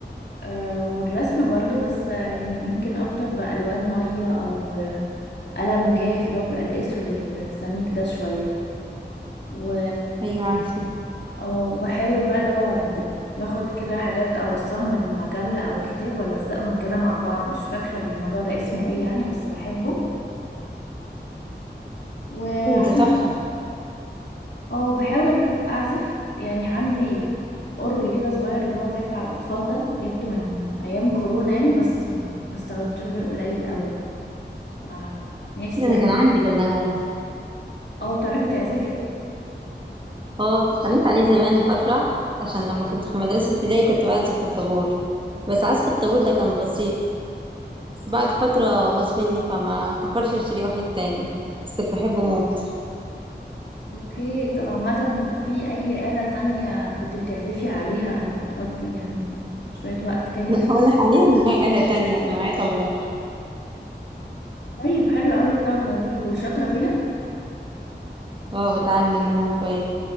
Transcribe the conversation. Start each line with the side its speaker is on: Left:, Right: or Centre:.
Left: آه والرسم برضو بس آه يعني يمكن اكتر بألوان مية او آه، قلم جاف اللي هو بيبقى الاسود السميك ده شوية و
Right: أيوة عارفة
Left: اه وبحاول بقى اللي هو بت- باخد كده حاجات اوصاها من مجلة او كتاب والزقهم كده مع بعض مش فاكرة الموضوع ده اسمه ايه يعني بس بحبه وعندي
Right: انت تحفة
Left: اه بحاول اعزف يعني عندي اورج كده صغير اللي هو زي بتاع الاطفال ده جبته من ايام كورونا يعني بس ما, ما استخدمتوش غير قليل قوي ف- نفسي
Right: ده أنا
Left: يعني
Right: كان عندي ده زمان
Left: اه بتعرفي تعزفي
Right: اه اتعلمت عليه زمان فترة عشان لما كنت في مدرسة ابتدائي كنت بعزف في الطابور بس عزف الطابور ده كان بسيط بس بعد فترة باظ مني فما فكرش أشتري واحد تاني بس كنت بحبه موت
Left: اوكي طب عامه في اي آلة تانية كنت بتعزفي عليها او بتقضي يعني شوية وقت كده انك
Right: لا هو
Left: تتعلمي
Right: أنا حاليا معايا آلة تانية أنا معايا طبلة
Left: طيب حلو قوي الطبلة دي وشاطرة فيها
Right: اه بتعلم منها شوية